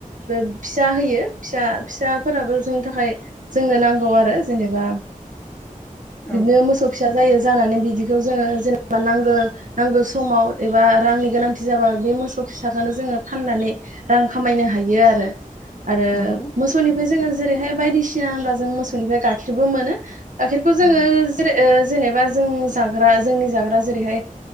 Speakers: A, on the right (about 60°); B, on the left (about 15°).
A: बे फिसा होयो फिसा फिसाफोराबो जोंनि थाखाय जोंनो नांगौ आरो। आरो जेनेबा
B: <inaudible>
A: बिदिनो
B: औ
A: मोसौ फिसा जायो जानानै बिदिखौ जोङो जेनेबा बा नांगौ नांगौ समाव एबा रांनि गोनांथि जाबा बे मोसौ फिसाखौनो जोङो फाननानै रां खामायनो हायो आरो। आरो
B: नंगौ
A: मोसौनिफ्राय
B: औ
A: जोङो जेरैहाय बायदिसिना होनबा जों मोसौनिफ्राय गाइाखेरबो मोनो। गखेरखौ जोङो
B: औ
A: ज जेनेबा जों जाग्रा जोंनि जाग्रा जेरैहाय